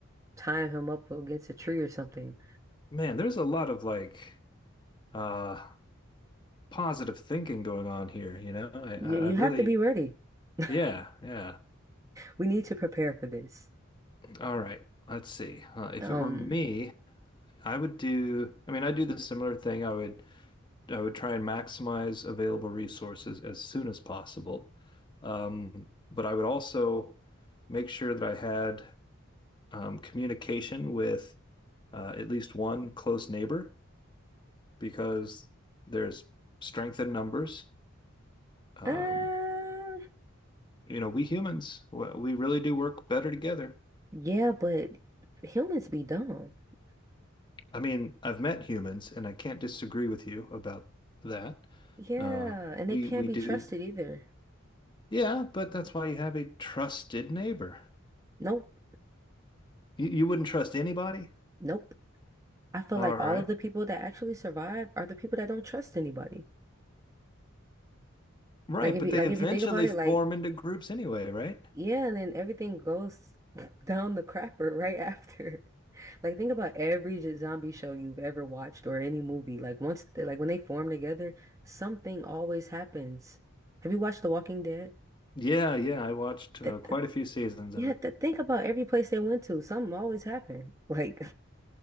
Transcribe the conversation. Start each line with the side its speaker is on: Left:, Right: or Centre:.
Right: tying him up against a tree or something.
Left: Man, there's a lot of like uh positive thinking going on here, you know? I
Right: You,
Left: I
Right: you
Left: I really
Right: have to be ready. <laughs>
Left: yeah, yeah.
Right: We need to prepare for this.
Left: All right, let's see. Uh, if
Right: Um.
Left: it were me, I would do, I mean, I do the similar thing. I would I would try and maximize available resources as soon as possible. Um, but I would also make sure that I had um, communication with uh, at least one close neighbor because there's strength in numbers. Um,
Right: Uh,
Left: you know, we humans, we we really do work better together.
Right: Yeah, but humans be dumb.
Left: I mean, I've met humans, and I can't disagree with you about that.
Right: Yeah,
Left: Uh,
Right: and
Left: we
Right: they can't
Left: we
Right: be
Left: do,
Right: trusted either.
Left: yeah, but that's why you have a trusted neighbor.
Right: Nope,
Left: You, you wouldn't trust anybody.
Right: nope. I feel
Left: All
Right: like
Left: right,
Right: all of the people that actually survive are the people that don't trust anybody.
Left: right,
Right: Like if
Left: but
Right: you
Left: they
Right: like
Left: eventually
Right: if you think about it,
Left: form
Right: like
Left: into groups anyway, right?
Right: yeah, and then everything goes <laughs> down the crapper right after. <laughs> Like think about every j- zombie show you've ever watched or any movie. Like once they, like when they form together, something always happens. Have you watched The Walking Dead?
Left: Yeah, yeah, I watched uh,
Right: That
Left: quite a few seasons
Right: You
Left: of
Right: have
Left: it.
Right: to think about every place they went to. Something always happened. Like,